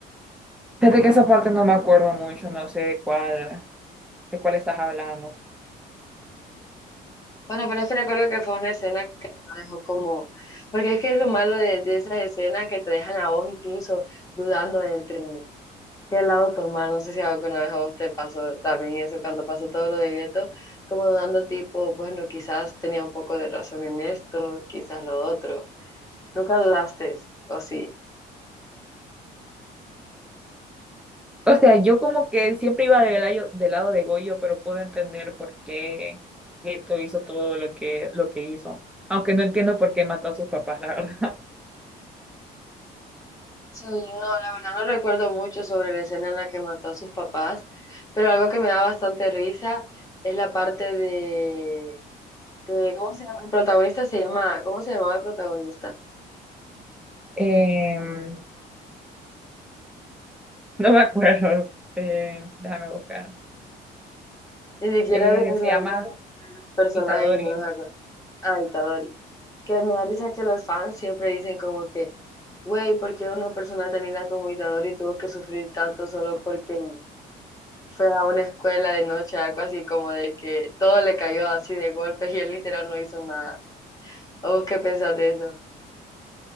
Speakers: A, in the centre; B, on the left.
A: Fíjate que esa parte no me acuerdo mucho, no sé de cuál, de cuál estás hablando.
B: Bueno, pero es que recuerdo que fue una escena que me dejó como... Porque es que es lo malo de, de esas escenas que te dejan a vos incluso dudando entre qué lado tomar. No sé si alguna vez a vos te pasó también eso, cuando pasó todo lo de Gueto, como dudando tipo, bueno, quizás tenía un poco de razón en esto, quizás lo otro. ¿Nunca dudaste, o sí?
A: O sea, yo como que siempre iba del, layo- del lado de Goyo, pero puedo entender por qué Geto hizo todo lo que, lo que hizo. Aunque no entiendo por qué mató a sus papás, la verdad.
B: Sí, no, la verdad no recuerdo mucho sobre la escena en la que mató a sus papás, pero algo que me da bastante risa es la parte de, de- ¿cómo se llama? El protagonista se llama, ¿cómo se llamaba el protagonista?
A: <laughs> Em, no me acuerdo. Em, déjame buscar.
B: Ni siquiera,
A: Eh,
B: de- o
A: se
B: sea,
A: llama
B: no me acuerdo de los personajes
A: Itadori.
B: y no nos acuerdo. Ah, Itadori. Que me da risa que los fans siempre dicen como que, güey, ¿por qué una persona tan linda como Itadori tuvo que sufrir tanto solo porque fue a una escuela de noche, algo así como de que todo le cayó así de golpe y él literal no hizo nada? Oh, ¿qué pensás de eso?